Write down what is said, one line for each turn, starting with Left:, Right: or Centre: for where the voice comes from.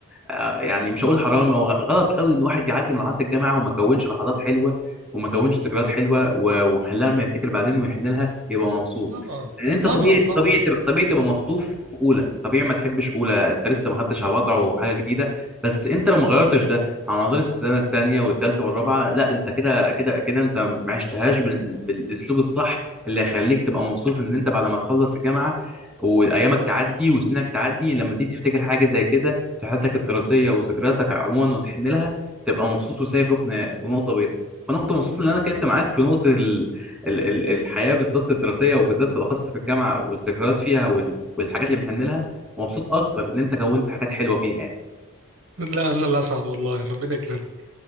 Centre: آه، يعني مش هقول حرام او غلط قوي ان الواحد يعدي مرحله الجامعه وما كونش لحظات حلوه وما كونش ذكريات حلوه و- وخلاها لما يفتكر بعدين ويحن لها يبقى مبسوط
Right: طبعا
Centre: لان انت
Right: طبعا
Centre: طبيعي
Right: طبعا
Centre: طبيعي تبقى طبيعي تبقى مخطوف في اولى طبيعي ما تحبش اولى انت لسه ما خدتش على وضعه وحاجه جديده بس انت لو ما غيرتش ده على مدار السنه الثانيه والثالثه والرابعه لا انت كده كده كده انت ما عشتهاش بال... بالاسلوب الصح اللي هيخليك تبقى مبسوط ان انت بعد ما تخلص الجامعه وايامك تعدي وسنك تعدي لما تيجي تفتكر حاجه زي كده في حياتك الدراسيه وذكرياتك عموما وتحن لها تبقى مبسوط وسايب ركن ونقطه بيضاء وانا كنت مبسوط ان انا كنت معاك في نقطه ال... ال... ال... الحياه بالذات الدراسيه وبالذات في الاخص في الجامعه والذكريات فيها وال... والحاجات اللي بنحن لها ومبسوط اكتر ان انت كونت حاجات حلوه فيها يعني
Right: لا لا الأسعد والله ربنا يكرمك